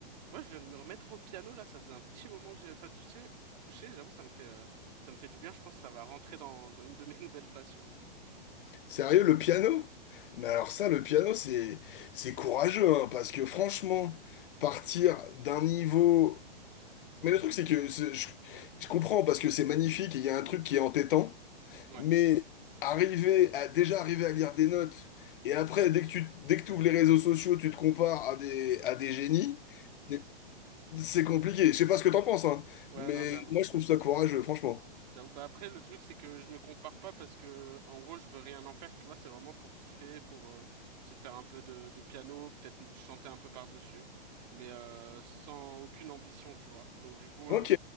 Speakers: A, on the right; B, on the left.
A: Tu vois, je viens de me remettre au piano là, ça faisait un petit moment que j'avais pas touché, touché, j'avoue, ça me fait euh, ça me fait du bien, je pense que ça va rentrer dans dans une de mes <laughs> nouvelles passions.
B: Sérieux, le piano? Mais alors ça, le piano, c'est c'est courageux, hein, parce que franchement, partir d'un niveau... Mais le truc, c'est que c'est- je, je comprends, parce que c'est magnifique, et il y a un truc qui est entêtant,
A: Ouais.
B: mais arriver à déjà arriver à lire des notes, et après, dès que tu dès que tu ouvres les réseaux sociaux, tu te compares à des, à des génies, c'est c'est compliqué. Je sais pas ce que t'en penses, hein,
A: Ouais,
B: mais
A: non, j'avoue.
B: moi, je trouve ça courageux, franchement.
A: J'avoue. Bah après, le truc, c'est que je me compare pas parce que, en gros, je veux rien en faire, tu vois. C'est vraiment pour kiffer, pour euh, essayer de faire un peu de, de piano, peut-être chanter un peu par-dessus, mais euh, sans aucune ambition, tu vois. Donc, du coup,
B: Ok.
A: euh,